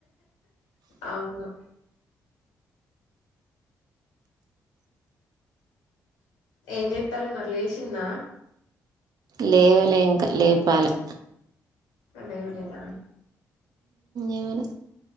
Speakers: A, on the left; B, on the right.
A: అవును ఏం చెత్తాల మరీ లేసిందా
B: లేవలే ఇంకా లేపాలి
A: లేవలేదా
B: ఏమనా